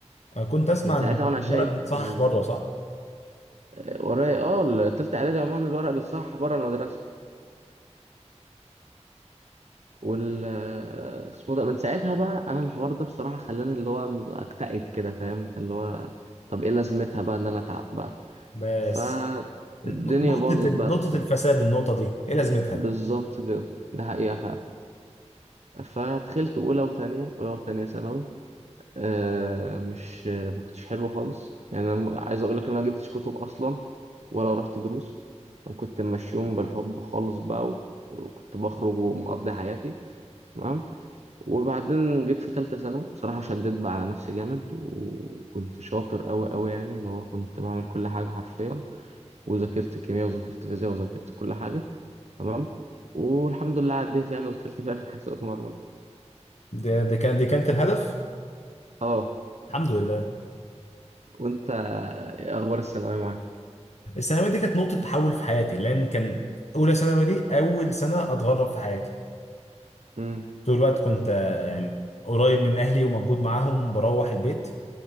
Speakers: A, on the left; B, on the right.
A: انا كنت اسمع
B: من ساعتها
A: ان
B: وانا
A: الورق
B: شايف
A: بيتصحح
B: بالنسبة
A: بره صح
B: آه، ورايا اه التالتة اعدادي عموما الورق بيتصحح بره المدرسة وال آه، اسمه ده من ساعتها بقى انا الحوار ده بصراحة خلاني اللي هو مز- اكتئب كده فاهم اللي هو طب ايه لازمتها بقى ان انا اتعب بقى
A: بس
B: فالدنيا
A: ن- نقطه
B: باظت
A: ال-
B: بقى
A: نقطه
B: في سنة
A: الفساد النقطه دي ايه لازمتها
B: بالظبط كده ده حقيقة فعلا فدخلت أولى وتانية أولى وتانية ثانوي آه مش ما كنتش حلو خالص يعني أنا م- عايز أقول لك إن أنا ما جبتش كتب أصلا ولا رحت دروس أنا كنت ماشيهم بالحب خالص بقى و- وكنت بخرج ومقضي حياتي تمام وبعدين جيت في تالتة ثانوي بصراحة شديت بقى على نفسي جامد وكنت شاطر أوي أوي يعني اللي هو كنت بعمل كل حاجة حرفيا وذاكرت كيمياء وذاكرت فيزياء وذاكرت كل حاجة تمام والحمد لله عديت يعني ودخلت في اخر حسابات مرمى
A: دي, دي كانت دي كانت الهدف
B: اه
A: الحمد لله
B: وانت إيه اخبار الثانويه معاك
A: الثانوية دي كانت نقطة تحول في حياتي لأن كان أولى ثانوي دي أول سنة أتغرب في حياتي
B: امم
A: طول الوقت كنت آه، يعني قريب من أهلي وموجود معاهم بروح البيت